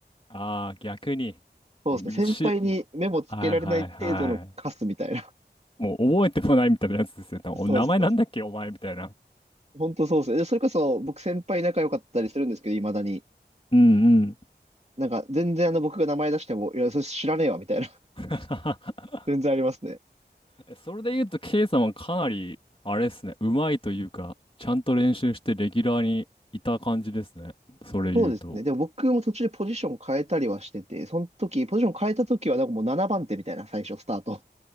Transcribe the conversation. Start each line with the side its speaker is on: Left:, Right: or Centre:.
Left: ああ、逆に。
Right: そうですね。
Left: うし、
Right: 先輩に目もつけられない程度のカスみたいな。
Left: はいはいはい。もう覚えてもないみたいなやつですよ。多分お名前なんだっけお前みたいな。
Right: <laughs> そうそう本当そうですね。でそれこそ、僕先輩仲良かったりするんですけど、未だに。
Left: うんうん。
Right: なんか、全然あの、僕が名前出しても、いや、それ知らねえわ、みたいな。
Left: <laughs>
Right: <laughs> 全然ありますね。
Left: えそれで言うと、K さんはかなり、あれですね、うまいというか、ちゃんと練習してレギュラーにいた感じですね。それ言うと。
Right: そうですね。でも僕も途中でポジション変えたりはしてて、その時、ポジション変えた時は、なんかもう7番手みたいな、最初、スタート。